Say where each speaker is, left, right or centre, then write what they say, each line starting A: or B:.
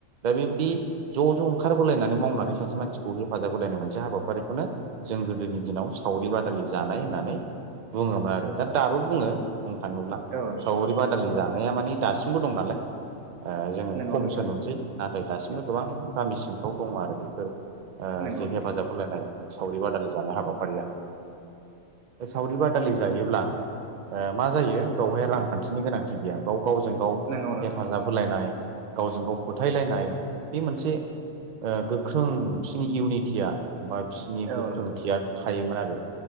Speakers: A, on the right (about 60°); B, on the right (about 80°).
A: दा बेबायदि ज' ज' ओंखार बलायनानै मावनानै सासे मानसिखौ हेफाजाब होलायनाय मोनसे हाबाफारिखौनो जों गोदोनि दिनाव सावरि बादालि जानाय होननानै बुङोमोन आरो दा दाबो बुङो बुंनो थाङोब्ला
B: औ नोंथां
A: सावरि बादालि जानाया मानि दासिमबो दं नालाय ओ जोङो
B: नंगौ
A: खमसो
B: नोंथां
A: नुनोसै नाथाय दासिमबो गोबां गामि सिंफ्राव दङ आरो बेफोर ओ
B: नंगौ
A: जि
B: नोंथां
A: हेफाजाब होलायनाय सावरि बादालि जानाय हाबाफारिया ओ सावरि बादालि जायोब्ला ओ मा जायो बेवहाय रांखान्थिनि गोनांथि गैया बाव गावजों गाव
B: नंगौ नोंथां
A: हेफाजाब होलायनाय गावजों गाव फोथायलायनाय बे मोनसे ओ गोख्रों बिसोरनि इउनिटिया बा बिसोरनि
B: औ
A: गोख्रोंथिया
B: नोंथां
A: थायोमोन आरो